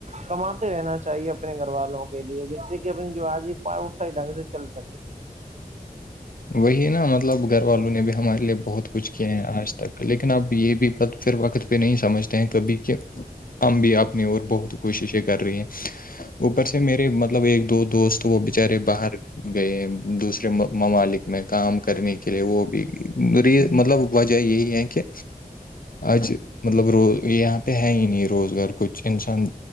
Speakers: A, on the right (about 50°); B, on the left (about 65°).
A: کماتے رہنا چاہیے اپنے گھر والوں کے لیے جس سے کہ اپنی جو آج پ صی ڈنگ سے چل سکے
B: وہی نا مطلب گھر والوں نے بھی ہمارے لیے بہت کچھ کیے ہیں آج تک لیکن اب یہ بھی پھر وقت پہ نہیں سمجھتے ہیں کبھی کہ ہم بھی آپ اپنی اور بہت کوششیں کر رہی ہیں اوپر سے میرے مطلب ایک دو دوست تو وہ بچارے باہر گئے دوسرے ممالک میں کام کرنے کے لیے وہ بھی مطلب وجہ یہی ہے کہ اج مطلب روز یہاں پہ ہے ہی نہیں روزگار کچھ انسان